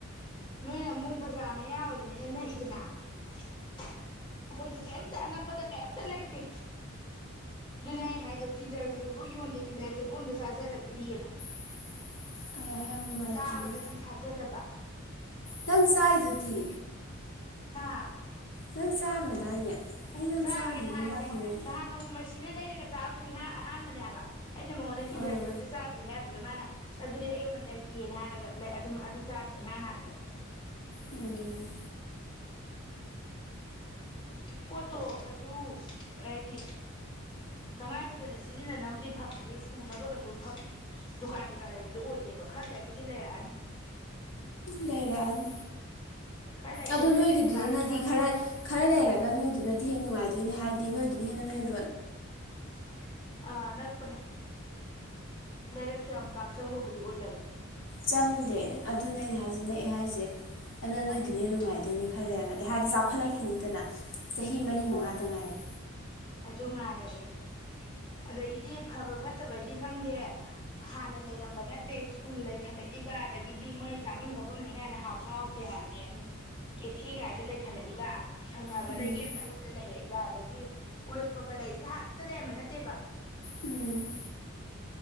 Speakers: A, on the left; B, on the left.
A: ꯅꯣꯏꯅ ꯑꯃꯨꯛ ꯕꯖꯥꯔ ꯃꯌꯥ ꯑꯣꯏꯕꯅꯤꯅ ꯅꯛꯏꯗꯅ ꯑꯩꯈꯣꯏꯗꯤ ꯀꯩꯝꯇ ꯑꯅꯛꯄꯗ ꯀꯩꯝꯇ ꯂꯩꯇꯦ ꯑꯗꯨꯅ ꯑꯩ ꯍꯥꯏꯗꯣ ꯀꯤꯟꯗꯔꯁꯤꯐꯥꯎ ꯌꯣꯟꯗꯦ ꯀꯤꯟꯗꯔꯖꯤꯐꯣ ꯑꯝꯗ ꯆꯥꯖꯔꯛꯇ꯭ꯔꯤꯑꯅ
B: <inaudible> ꯌꯥꯝ ꯅꯨꯡꯉꯥꯏꯇꯤꯌꯦ
A: ꯇꯥꯕꯗꯗꯤ ꯊꯥꯖꯗꯕ
B: ꯅꯪ ꯆꯥꯏꯗꯨꯗꯤ
A: ꯍꯥꯥ
B: ꯅꯪ ꯆꯥꯈ꯭ꯔꯗꯥꯏꯅꯦ ꯑꯩ ꯅꯪ
A: ꯆꯥꯈ꯭ꯔꯦ
B: ꯆꯥꯈꯤꯒꯨꯝ
A: ꯅꯍꯥꯟ
B: ꯂꯥꯛꯈꯤꯒꯨꯝ
A: ꯅꯣꯡꯃ ꯅꯍꯥꯟ ꯅꯣꯡꯃꯩꯁꯤꯅ ꯂꯩꯔꯒ ꯆꯥꯕꯅꯤꯥꯟ ꯑꯍꯥꯟꯕꯅꯦ ꯍꯥꯏꯕ ꯑꯩꯅ ꯃꯉꯣꯟꯗ ꯀꯤꯟꯗꯔꯁꯨ
B: ꯑꯥ
A: ꯑꯝ ꯆꯗ꯭ꯔꯤ ꯍꯥꯏꯕꯗ꯭ꯔꯥ ꯃꯥꯅ ꯑꯗꯨꯗꯤ ꯑꯩ ꯑꯃ ꯂꯩꯒꯦꯅ ꯍꯥꯏꯔꯒ ꯑꯗꯨꯝ ꯑꯗꯨ ꯆꯥꯕꯅꯦ ꯏꯍꯥꯟ ꯍꯥꯟꯕ
B: ꯎꯝ
A: ꯄꯣꯠꯇꯣ ꯀꯩꯁꯨ ꯔꯦꯗꯤ ꯇꯉꯥꯏ ꯐꯗꯅ ꯁꯤꯖꯤꯟꯅꯅꯕꯗꯤ ꯐꯪꯉꯁꯨ ꯁꯨꯅꯕꯒꯩꯁꯨ ꯗꯨꯀꯥꯟ ꯀꯩꯀꯥ ꯂꯩꯕꯗꯨꯣ ꯑꯣꯏꯗꯦꯕ ꯈꯔ ꯂꯩꯔꯕꯨꯗꯤ ꯂꯩꯔꯛꯑꯅꯤ
B: ꯂꯩꯔꯔꯥꯛꯏ
A: ꯈꯔ ꯂꯩꯔꯗꯤ
B: ꯑꯗꯣ
A: ꯑꯩꯈꯣꯏꯁꯨ
B: ꯅꯣꯏꯒꯤꯗꯨꯗꯅꯗꯤ
A: ꯗꯨꯀꯥꯟ ꯑꯃ ꯐꯝꯃꯅꯤ
B: ꯈꯔ ꯈꯔ ꯂꯩꯔꯒ ꯅꯣꯏꯗꯨꯅꯗꯤ ꯍꯦꯟꯅ ꯅꯨꯡꯉꯥꯏꯗꯣꯏꯅꯦ ꯍꯥꯏꯗꯤ ꯅꯣꯏ ꯑꯗꯨ ꯍꯟꯅꯅꯦꯟ
A: <inaudible> ꯑꯥ ꯅꯛꯄꯅꯦ ꯂꯩꯔꯛꯁ ꯌꯥꯝ ꯄꯥꯛ ꯆꯪꯕꯕꯨꯗꯤ ꯑꯣꯏꯗꯕꯅꯦ
B: ꯆꯪꯗꯦ ꯑꯗꯨꯅꯦ ꯑꯩꯅ ꯍꯥꯏꯁ ꯅꯛꯑꯦ ꯍꯥꯏꯁꯦ ꯑꯗ
A: ꯎꯝ
B: ꯅꯣꯏꯗꯨꯅ ꯍꯦꯟꯅ ꯅꯨꯡꯉꯥꯏꯗꯣꯏꯅꯦ ꯈꯜꯂꯦꯔꯒꯗꯤ ꯑꯗꯩ ꯍꯥꯏꯗꯤ ꯆꯥꯎꯈꯠꯂꯛꯈꯤꯅꯤꯗꯅ ꯆꯍꯤ ꯃꯔꯤ
A: ꯍꯣꯏ
B: ꯃꯉꯥꯇ ꯉꯥꯏꯔꯦ
A: ꯑꯗꯨ ꯉꯥꯏꯔꯒꯦ ꯑꯗꯩꯗꯤ ꯐꯕ ꯐꯠꯇꯕ ꯑꯩꯗꯤ ꯈꯪꯗꯦ ꯍꯥꯟꯅ ꯂꯩꯔꯝꯕ ꯅꯠꯇꯦ ꯁ꯭ꯀꯨꯜ ꯂꯩꯈꯠꯂꯛꯏꯕ ꯑꯗꯒꯤꯗꯤ ꯃꯩ ꯆꯥꯐꯝ ꯊꯛꯐꯝꯅꯤ ꯀꯥꯏꯅ ꯍꯥꯎꯁꯨ ꯍꯥꯎꯇꯦ ꯍꯥꯏ ꯀꯦꯊꯦ ꯀꯥꯏꯗ ꯂꯩꯈꯠꯂꯛꯏꯕ ꯁꯪꯅꯕꯗ
B: ꯎꯝ
A: ꯂꯩꯔꯛꯏꯒ ꯑꯗꯒꯤ ꯑꯣꯏꯜ ꯂꯩ ꯍꯥꯟꯅ ꯑꯝꯇ ꯂꯩꯔꯝꯕ ꯅꯠꯇꯦꯕ
B: ꯎꯝ